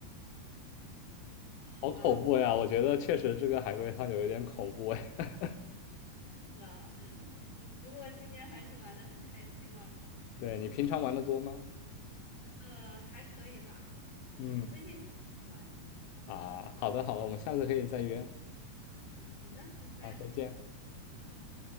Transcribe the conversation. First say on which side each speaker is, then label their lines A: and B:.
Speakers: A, on the left; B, on the left.
A: 啊，好吧，
B: 好恐怖呀！我觉得确实这个海龟汤有一点恐怖哎。<laughs>
A: 是的，<laughs> 嗯，不过今天还是玩的很开心了。
B: 对，你平常玩的多吗？
A: 呃，还可以吧，
B: 嗯，
A: 就是最近才开始玩的。
B: 啊，好的好的，我们下次可以再约。
A: 嗯，好的，拜拜。
B: 好，再见。
A: 嗯。